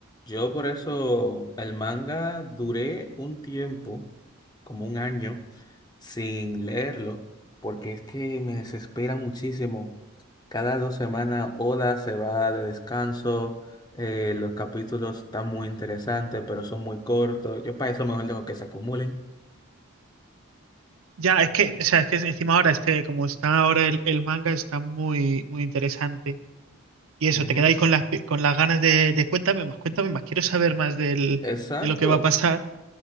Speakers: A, on the left; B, on the right.
A: Yo por eso el manga duré un tiempo, como un año, sin leerlo, porque es que me desespera muchísimo. Cada dos semanas Oda se va de descanso, eh, los capítulos están muy interesantes, pero son muy cortos. Yo para eso mejor dejo que se acumulen.
B: Ya, es que, o sea, es que encima ahora este, como está ahora el, el manga, está muy, muy interesante. Y eso,
A: Ujú.
B: te quedáis con las, pi- con las ganas de, de cuéntame más, cuéntame más, quiero saber más del,
A: Exacto,
B: de lo que va a pasar.